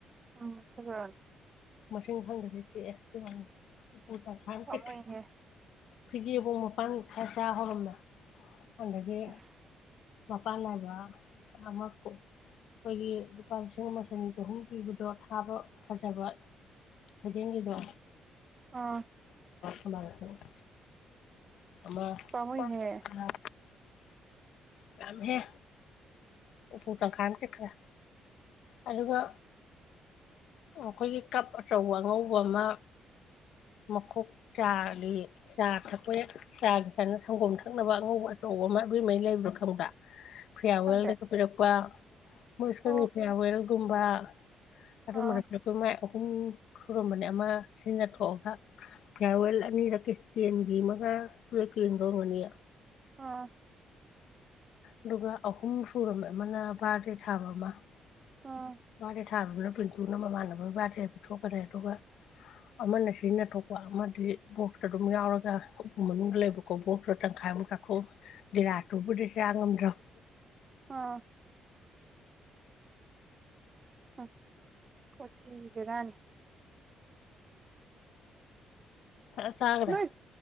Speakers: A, on the right; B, on the left.
A: ꯎꯝ ꯐꯖꯅꯦ
B: ꯃꯁꯤꯡ ꯈꯡꯗꯒꯤ ꯆꯤꯛꯑꯦ ꯎꯄꯨ ꯇꯡꯈꯥꯏ ꯑꯃ
A: ꯄꯥꯝꯃꯨꯏꯍꯦ
B: ꯆꯤꯛꯈ꯭ꯔꯦ ꯐꯤꯒꯦꯕꯨ ꯍ ꯃꯄꯥꯟ ꯈꯔ ꯆꯥ ꯍꯧꯔꯝꯃꯦ ꯑꯗꯒꯤ
A: ꯑꯁ
B: ꯃꯄꯥꯟ ꯅꯥꯏꯕ ꯑꯃ ꯀꯣꯛ ꯑꯩꯈꯣꯏꯒꯤ ꯂꯨꯄꯥ ꯂꯤꯁꯤꯡ ꯑꯃ ꯆꯅꯤ ꯆꯍꯨꯝ ꯄꯤꯕꯗꯣ ꯊꯥꯕ ꯐꯖꯕ ꯈꯩꯗꯦꯜꯒꯤꯗꯣ
A: ꯑꯥ
B: ꯊꯝꯕꯥꯜꯂꯩꯈꯣꯛ ꯑꯃ
A: ꯑꯁ ꯄꯥꯝꯃꯨꯏꯍꯦ
B: ꯑꯥ ꯌꯝꯃꯦ ꯍꯦ ꯎꯄꯨ ꯇꯪꯈꯥꯏ ꯑꯃ ꯆꯤꯛꯈ꯭ꯔꯦ ꯑꯗꯨꯒ ꯑꯩꯈꯣꯏꯒꯤ ꯀꯞ ꯑꯆꯧꯕ ꯑꯉꯧꯕ ꯑꯃ ꯃꯈꯣꯛ ꯆꯥꯒꯤ ꯆꯥ ꯊꯛꯄ ꯆꯥ ꯁꯪꯒꯣꯝ ꯊꯛꯅꯕ ꯑꯉꯧꯕ ꯑꯆꯧ ꯑꯆꯧꯕ ꯑꯃ ꯑꯕꯦꯝꯃꯒꯤ ꯂꯩꯕꯗꯣ ꯈꯪꯕ꯭ꯔ ꯐꯤꯌꯥ꯭ꯔ
A: ꯈꯪꯗꯦ
B: ꯋꯦꯜꯗꯒ ꯄꯤꯔꯛꯄ ꯃꯣꯏ ꯏꯁꯇ꯭ꯔꯟ
A: ꯑꯣ
B: ꯐꯌ꯭ꯔꯋꯦꯟꯒꯨꯝꯕ ꯑꯗꯨꯒꯨꯝꯕꯗ
A: ꯑꯥ
B: ꯄꯤꯔꯛꯄ ꯃꯥꯏ ꯑꯍꯨꯝ ꯁꯨꯔꯝꯕꯅꯤ ꯑꯃ ꯁꯤꯖꯟꯅ ꯊꯣꯛꯑꯒ ꯐꯤꯌꯥ꯭ꯔꯋꯦꯜ ꯑꯅꯤꯔꯛꯀꯤ ꯇꯦꯟꯒꯤ ꯃ ꯑꯥ ꯁꯤ ꯀꯦꯟꯕ ꯑꯣꯏꯒꯅꯤꯌꯦ
A: ꯑꯥ
B: ꯑꯗꯨꯒ ꯑꯍꯨꯝ ꯁꯨꯔꯝꯃꯦ ꯑꯃꯅ ꯕ꯭ꯔꯥꯗꯦ ꯊꯥꯕ ꯑꯃ
A: ꯑꯥ
B: ꯕ꯭ꯔꯥꯗꯦ ꯊꯥꯕꯅꯦ ꯄꯤꯟꯇꯨꯅ ꯃꯃꯥꯟꯅꯕꯒꯤ ꯕꯔ꯭ꯥꯗꯦ ꯁꯦ ꯄꯤꯊꯣꯛꯀ꯭ꯔꯦ ꯑꯗꯨꯒ ꯑꯃꯅ ꯁꯤꯖꯤꯟꯅ ꯊꯣꯛꯣꯛꯄ ꯑꯃꯗꯤ ꯕꯣꯛꯁꯇ ꯑꯗꯨꯝ ꯌꯥꯎꯔꯒ ꯎꯄꯨ ꯃꯅꯨꯡꯗ ꯂꯩꯕ ꯀꯧꯕꯣꯁꯇꯣ ꯇꯪꯈꯥꯏ ꯃꯨꯛ ꯆꯥꯊꯣꯛ ꯇꯤꯂꯥꯁꯇꯨꯕꯨꯗꯤ ꯆꯥ ꯉꯝꯗ꯭ꯔꯕ
A: ꯑꯥ ꯍꯨꯝ ꯀꯣꯆꯤ ꯕꯦꯔꯥꯅꯦ
B: ꯐꯖ ꯆꯥꯒꯔꯦ
A: ꯅꯣꯏ